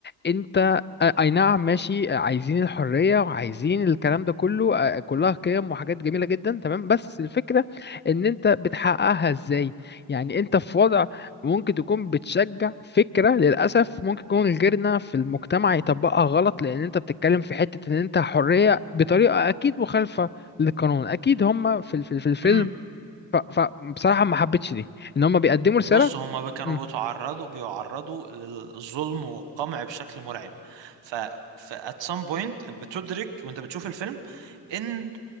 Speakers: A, on the left; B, on the right.
A: انت آه، اي نعم ماشي آه، عايزين الحرية وعايزين الكلام ده كله آه، كلها قيم وحاجات جميلة جدا تمام بس الفكرة ان انت بتحققها ازاي يعني انت في وضع ممكن تكون بتشجع فكرة للأسف ممكن يكون غيرنا في المجتمع يطبقها غلط لان انت بتتكلم في حتة ان انت حرية بطريقة اكيد مخالفة للقانون اكيد هم في ال- في ال- في الفيلم
B: امم
A: فبصراحة ما حبيتش دي ان هم بيقدموا رسالة
B: بص هما ب- كانوا
A: مم،
B: بيتعرضوا بيعرضوا للظلم والقمع بشكل مرعب ف ف at some point بتدرك وانت بتشوف الفيلم ان